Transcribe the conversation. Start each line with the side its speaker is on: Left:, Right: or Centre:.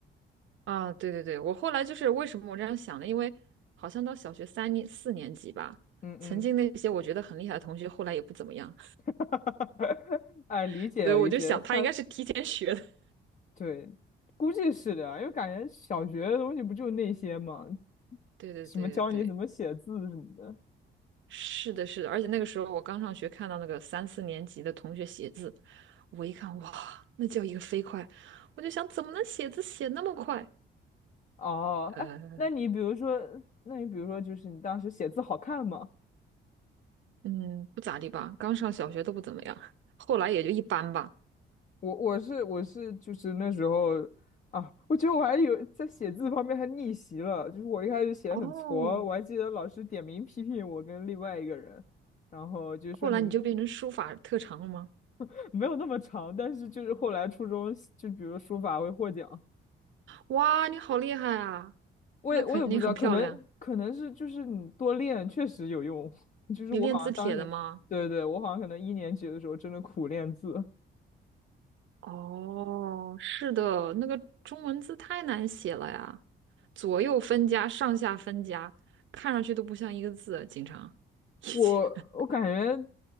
Right: 啊，对对对，我后来就是为什么我这样想呢？因为好像到小学三年、四年级吧，
Left: 嗯嗯，
Right: 曾经那些我觉得很厉害的同学，后来也不怎么样，
Left: <laughs> 哎，理解理解，
Right: <laughs> 所以我就想他应该是提前学的。
Left: 他
Right: <laughs>
Left: 对，估计是的啊，因为感觉小学的东西不就那些嘛，<laughs>
Right: 对对对对对，
Left: 什么教你怎么写字什么的。
Right: 是的，是的，而且那个时候我刚上学，看到那个三四年级的同学写字，我一看，哇，那叫一个飞快，我就想怎么能写字写那么快？
Left: 哦，
Right: 呃，
Left: 哎，那你比如说，那你比如说，就是你当时写字好看吗？
Right: 嗯，不咋地吧，刚上小学都不怎么样，后来也就一般吧。
Left: 我我是我是就是那时候啊，我觉得我还有在写字方面还逆袭了，就是我一开始写的很挫，
Right: 哦，
Left: 我还记得老师点名批评我跟另外一个人，然后就是说你们
Right: 后来你就变成书法特长了吗？
Left: <laughs> 没有那么长，但是就是后来初中就比如书法会获奖，
Right: 哇，你好厉害啊！
Left: 我也我也不知道，
Right: 那肯定很漂亮。
Left: 可能可能是就是你多练确实有用，<laughs> 就是我好像当时对对，
Right: 你练字帖的吗？
Left: 我好像可能一年级的时候真的苦练字。
Right: 哦，是的，那个中文字太难写了呀，左右分家，上下分家，看上去都不像一个字啊，经常。<laughs>
Left: 我我感觉